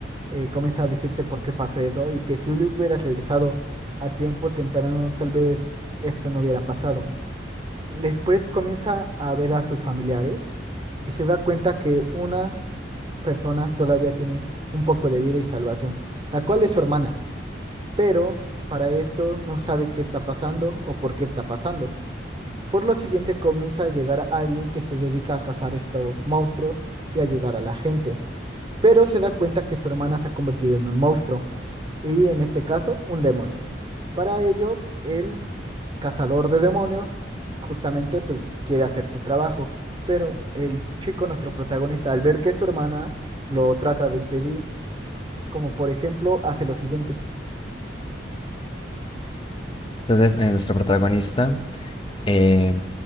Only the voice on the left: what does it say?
Entonces, eh, nuestro protagonista eh,